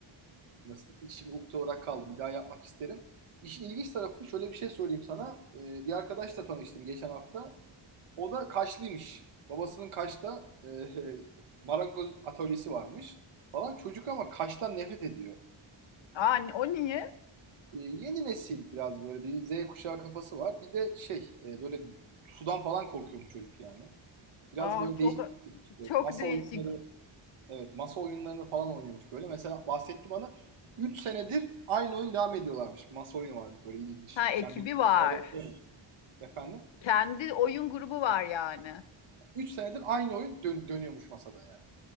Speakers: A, on the right (about 80°); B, on the left (about 65°).
A: nasıl içimde ukde olarak kaldı. Bir daha yapmak isterim. İşin ilginç tarafı şöyle bir şey söyleyeyim sana. Ee, bir arkadaşla tanıştım geçen hafta. O da Kaşlıymış. Babasının Kaş'ta e, <laughs> marangoz atölyesi varmış falan. Çocuk ama Kaş'tan nefret ediyor.
B: Aa, ni- o niye?
A: Ee, yeni nesil biraz böyle bir Z kuşağı kafası var. Bir de şey e, böyle sudan falan korkuyormuş çocuk yani. Biraz
B: Aa,
A: böyle
B: çok
A: değişik. bir tip. İşte
B: çok
A: masa
B: değişik.
A: oyunları Evet, masa oyunlarını falan oynuyormuş böyle. Mesela bahsetti bana 3 senedir aynı oyun devam ediyorlarmış. Masa oyunu varmış böyle ilginç.
B: Ha ekibi
A: Sen bir TRT.
B: var.
A: efendim
B: Kendi oyun grubu var yani.
A: üç senedir aynı oyun dön- dönüyormuş masada yani.